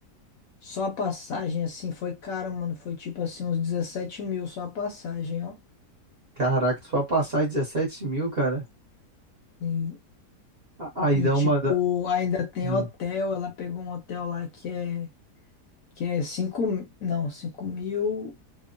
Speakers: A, on the left (about 65°); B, on the right (about 45°).
A: Só a passagem, assim, foi cara, mano. Foi tipo assim, uns 17 mil só a passagem, ó.
B: Caraca, só a passagem 17 mil, cara.
A: E,
B: A- Aí
A: e,
B: dá
A: tipo,
B: uma. da-
A: ainda tem
B: Hum,
A: hotel. Ela pegou um hotel lá que é, que é 5 não, cinco mil,